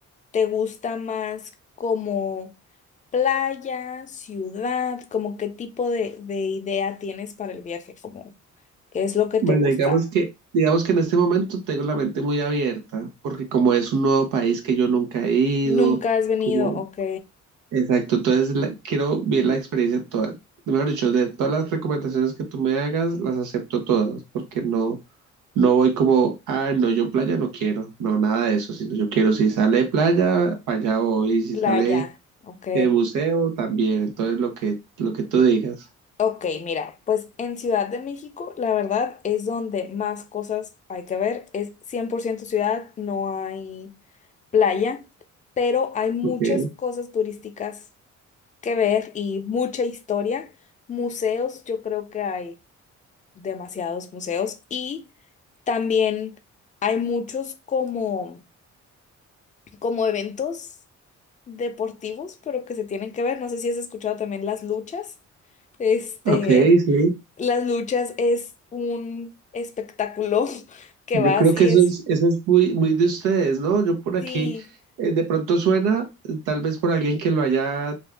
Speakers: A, on the left; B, on the right.
A: ¿te gusta más como playa, ciudad? como qué tipo de, de idea tienes para el viaje? Como, ¿qué es lo que te
B: Bueno,
A: gusta?
B: digamos que, digamos que en este momento tengo la mente muy abierta, porque como es un nuevo país que yo nunca he ido,
A: Nunca has venido,
B: como,
A: ok,
B: exacto, entonces la- quiero ver la experiencia toda. Mejor dicho, de todas las recomendaciones que tú me hagas, las acepto todas, porque no, no voy como, ah, no, yo playa no quiero, no, nada de eso, sino yo quiero, si sale playa, para allá voy, y si
A: playa,
B: sale
A: ok.
B: eh, museo, también, entonces lo que, lo que tú digas.
A: Ok, mira, pues en Ciudad de México, la verdad es donde más cosas hay que ver. Es 100% ciudad, no hay playa, pero hay muchas
B: Ok,
A: cosas turísticas que ver y mucha historia. Museos, yo creo que hay demasiados museos y también hay muchos como, como eventos deportivos, pero que se tienen que ver. No sé si has escuchado también las luchas. Este.
B: ok, sí.
A: Las luchas es un espectáculo <laughs> que
B: Yo
A: vas
B: creo que
A: y
B: eso
A: es,
B: es, eso es muy, muy de ustedes, ¿no? Yo por aquí,
A: sí,
B: eh, de pronto suena, eh, tal vez por alguien que lo haya